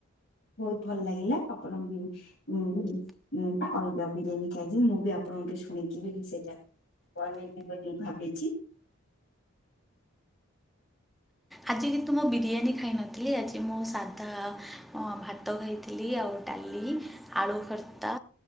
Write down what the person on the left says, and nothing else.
ବହୁତ୍ ଭଲ୍ ଲାଗିଲା ଆପଣ ଙ୍କୁ ବି ମୁ ବି ମୁ ଅଲଗା ବିରିୟାନୀ ଖାଇଛି ମୁଁ ବି ଆପଣଙ୍କଠୁ ଶୁଣିକିବି କି ସେଇଟା ବନେଇବି ବୋଲି ଭାବିଛି।